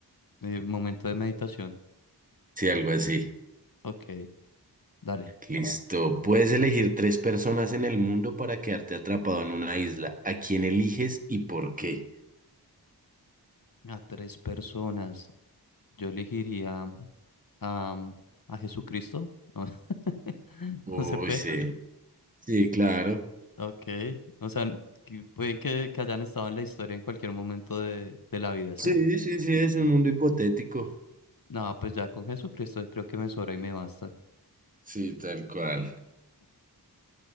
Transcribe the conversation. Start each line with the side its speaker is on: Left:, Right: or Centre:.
Left: eh, momento de meditación.
Right: Sí, algo así.
Left: Ok, dale.
Right: Listo. Puedes elegir tres personas en el mundo para quedarte atrapado en una isla. ¿A quién eliges y por qué?
Left: A tres personas. Yo elegiría a, a Jesucristo. <laughs>
Right: Uy,
Left: No se puede.
Right: sí. Sí, claro.
Left: Ok. O sea, que pueden que, que hayan estado en la historia en cualquier momento de, de la vida, ¿sí?
Right: Sí, sí, sí, es un mundo hipotético.
Left: No, pues ya con Jesucristo creo que me sobra y me basta.
Right: Sí, tal cual.